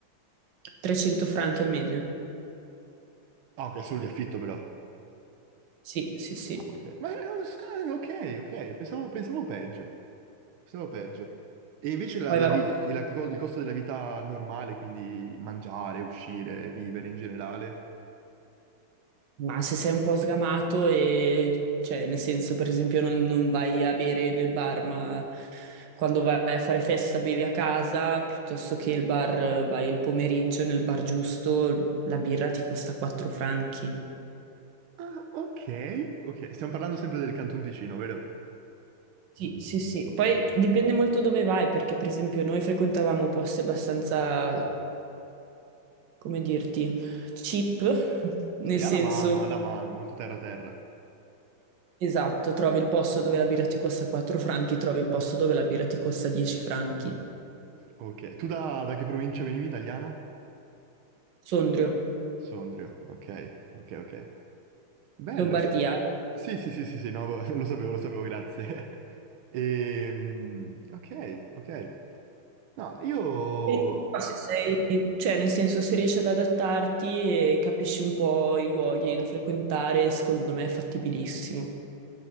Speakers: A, on the right; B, on the right.
A: 300 franchi al mese.
B: Ah, ok, solo di affitto però.
A: Sì, sì, sì.
B: Ah, ok. Ma no, sai, ok, ok, pensavo, pensavo peggio. Pensavo peggio. E invece la-
A: Poi
B: la
A: vabbè,
B: vi- e la- il costo della vita normale, quindi mangiare, uscire, vivere in generale.
A: Ma se sei un po' sgamato e, cioè, nel senso, per esempio, non, non vai a bere nel bar, ma quando vai a fare festa bevi a casa, piuttosto che il bar, eh, vai il pomeriggio nel bar giusto, la birra ti costa 4 franchi.
B: Ah, ok, ok. Stiamo parlando sempre del Canton Ticino, vero?
A: Sì, sì, sì. Poi dipende molto dove vai, perché per esempio noi frequentavamo posti abbastanza, come dirti, cheap, <laughs> nel
B: Sì,
A: senso...
B: alla mano, alla mano, molto terra terra.
A: Esatto, trovi il posto dove la birra ti costa 4 franchi, trovi il posto dove la birra ti costa 10 franchi.
B: Ok. Tu da, da che provincia venivi, italiana?
A: Sondrio,
B: Sondrio, ok, ok, ok. Bello,
A: Lombardia.
B: e se- sì, sì, sì, sì, sì, no, <laughs> lo sapevo, lo sapevo, grazie. <laughs> Ehm, ok, ok. No, io...
A: E Se sei, cioè, nel senso, se riesci ad adattarti e capisci un po' i luoghi da frequentare, secondo me è fattibilissimo.